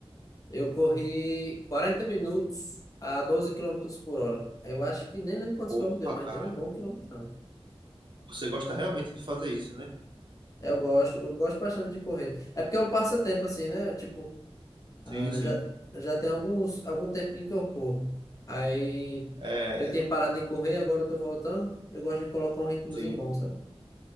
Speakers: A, on the left (about 35°); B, on the right (about 50°).
A: eu corri 40 minutos a 12 quilômetros por hora. Aí Eu acho que nem lembro quantos
B: Porra,
A: quilômetros deu, mas
B: cara,
A: tem um bom quilômetro.
B: você gosta realmente de fazer isso, né?
A: Eu gosto, eu gosto bastante de correr. É porque é um passatempo, assim, né? Tipo,
B: Sim,
A: Ah,
B: sim.
A: já, já tem alguns, algum tempinho que eu corro. Aí
B: É,
A: eu tinha parado de correr, agora eu tô voltando. Eu gosto de colocar um ritmozinho
B: sim,
A: bom, sabe?